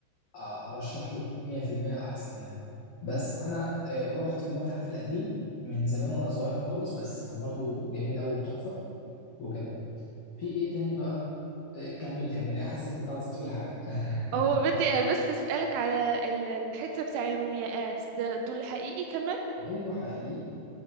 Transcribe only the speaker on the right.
هو بدي بس اسألك على ال- الحتة بتاع المومياءات ده دول حقيقي كمان